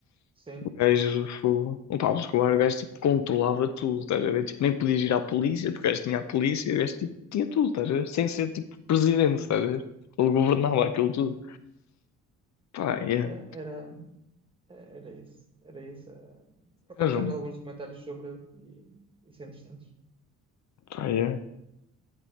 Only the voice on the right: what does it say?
Sim.
Yeah, era, é, era isso. Era isso. eh. Por acaso
já vi alguns documentários sobre ele e isso é interessante.